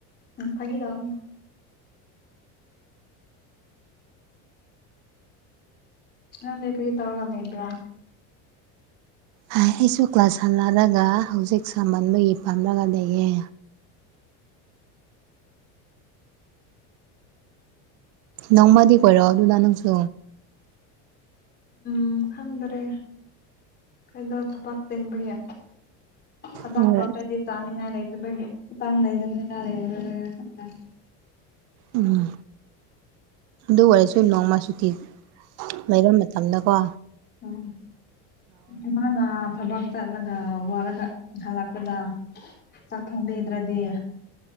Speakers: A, on the left; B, on the right.
A: ꯐꯒꯤꯇꯧꯅꯤ ꯅꯡ ꯗꯤ ꯀ꯭ꯔꯤ ꯇꯔꯒ ꯏꯕ꯭ꯔꯥ
B: ꯍꯥꯏ ꯑꯩꯁꯨ ꯀ꯭ꯂꯥꯁ ꯍꯜꯂꯜꯂꯒ ꯍꯧꯖꯤꯛ ꯁꯍꯟꯕꯒꯤ ꯐꯝꯂꯒ ꯂꯩꯌꯦ ꯅꯣꯡꯃꯗꯤ ꯀꯣꯏꯔꯛꯑꯣ ꯑꯗꯨꯅ ꯅꯪꯁꯨ
A: ꯎ ꯈꯪꯗꯔꯦ ꯀꯩꯗꯧ ꯊꯕꯛ ꯆꯤꯡꯕꯒꯤ ꯊꯕꯛ
B: ꯍꯣꯏ
A: ꯇꯧꯗ꯭ꯔꯗꯤ ꯆꯥꯅꯤꯡꯉꯥꯏ ꯂꯩꯗꯕꯒꯤ ꯏꯝ ꯂꯩꯗꯅꯂꯥ ꯂꯩꯔꯔꯣꯏꯕꯒꯔꯥ ꯈꯪ
B: ꯎꯝ ꯑꯗꯨ ꯑꯣꯏꯔꯁꯨ ꯅꯣꯡꯃ ꯆꯨꯇꯤ ꯂꯩꯐꯝ ꯇꯝꯅꯀꯣ
A: ꯎꯝ ꯏꯃꯥꯅꯊꯕꯛ ꯆꯠꯂꯒ ꯋꯥꯂꯒ ꯍꯜꯂꯛꯄꯗ ꯆꯥꯛ ꯊꯣꯡꯕꯤꯗ꯭ꯔꯗꯤ